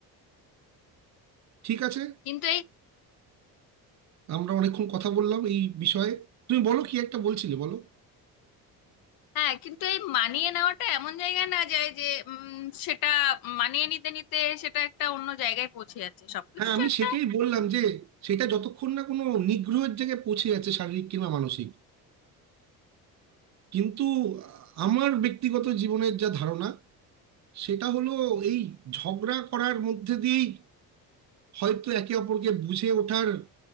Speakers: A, on the right; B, on the left.
A: ঠিক আছে
B: কিন্তু এই
A: আমরা অনেকক্ষণ কথা বললাম এই বিষয়ে তুমি বলো কি একটা বলছিলে বলো
B: হ্যাঁ কিন্তু এই মানিয়ে নেওয়াটা এমন জায়গায় না যায় যে উম, সেটা মানিয়ে নিতে নিতে সেটা একটা অন্য জায়গায় পৌঁছে যাচ্ছে সবকিছু
A: হ্যাঁ আমি
B: একটা
A: সেটাই বললাম যে সেটা যতক্ষণ না কোনো নিগ্রহের জায়গায় পৌঁছে যাচ্ছে শারীরিক কিংবা মানসিক কিন্তু আ, আমার ব্যক্তিগত জীবনের যা ধারণা সেটা হলো এই ঝগড়া করার মধ্যে দিয়েই হয়তো একে অপরকে বুঝে ওঠার